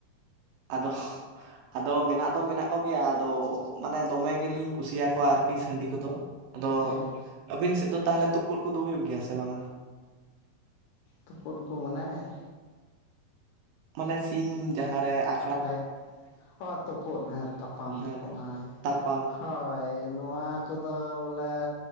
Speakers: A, on the right; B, on the left.
A: ᱟᱫᱚ! ᱟᱫᱚ ᱢᱮᱱᱟᱜ ᱫᱚ ᱢᱮᱱᱟᱜ ᱠᱚᱜᱮᱭᱟ ᱟᱫᱚ ᱢᱟᱱᱮ ᱫᱚᱢᱮ ᱜᱮᱞᱤᱧ ᱠᱩᱥᱤᱭᱟᱠᱚᱣᱟ ᱟᱨᱠᱤ ᱥᱟᱺᱰᱤ ᱠᱚᱫᱚ ᱾ ᱟᱫᱚ
B: ᱦᱮᱸ
A: ᱟᱹᱵᱤᱱ ᱥᱮᱫ ᱫᱚ ᱛᱟᱦᱚᱞᱮ ᱛᱩᱯᱩᱫ ᱠᱚᱫᱚ ᱦᱩᱭᱩᱜ ᱜᱮᱭᱟ ᱥᱮ ᱵᱟᱝᱟ?
B: ᱛᱩᱯᱩᱫ ᱠᱚ ᱢᱟᱱᱮ?
A: ᱢᱟᱱᱮ ᱥᱤᱢ ᱡᱟᱦᱟᱸᱨᱮ ᱟ
B: ᱛᱟᱦᱚᱞᱮ ᱚ ᱛᱳᱯᱳᱫ ᱦᱮᱸ ᱛᱟᱯᱟᱢ
A: ᱦᱮᱸ
B: ᱛᱩᱯᱩᱫ ᱦᱳᱭ
A: ᱛᱟᱯᱟᱢ
B: ᱦᱳᱭ ᱾ ᱱᱚᱣᱟ ᱠᱚᱫᱚ ᱵᱚᱞᱮ